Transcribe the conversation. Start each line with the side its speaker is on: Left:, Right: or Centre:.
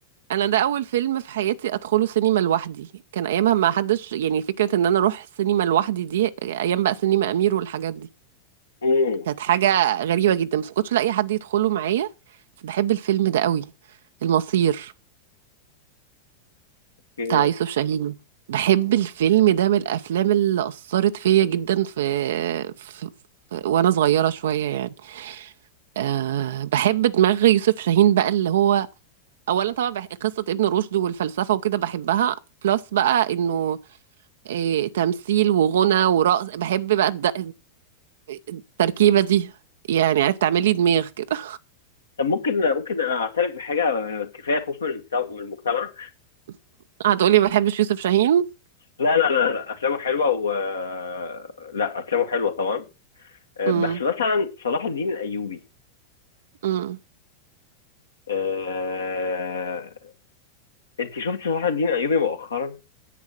Right: أنا ده أول فيلم في حياتي أدخله سينما لوحدي كان أيامها ما حدش يعني فكرة إن أنا أروح السينما لوحدي دي أيام بقى سينما أمير والحاجات دي
Left: مم،
Right: كانت حاجة غريبة جدا بس ما كنتش لاقي حد يدخله معايا بس بحب الفيلم ده قوي المصير
Left: اوكي
Right: بتاع يوسف شاهين بحب الفيلم ده من الافلام اللي اثرت فيا جدا في, في... في- وانا صغيره شويه يعني أه بحب دماغ يوسف شاهين بقى اللي هو اولا طبعا بح... قصه ابن رشد والفلسفه وكده بحبها بلس بقى انه إيه تمثيل وغنى ورقص بحب بقى الد... التركيبه دي يعني عرفت تعمل لي دماغ كده
Left: طب ممكن ممكن اعترف بحاجه كفايه خوف من المجتمع من المجتمع
Right: <laughs> هتقولي ما بحبش يوسف شاهين
Left: لا لا لا لا، افلامه حلوه و آه، لا افلامه حلوه طبعا آه،
Right: امم
Left: بس مثلا صلاح الدين الايوبي
Right: امم
Left: آه، انت شفت صلاح الدين الايوبي مؤخرا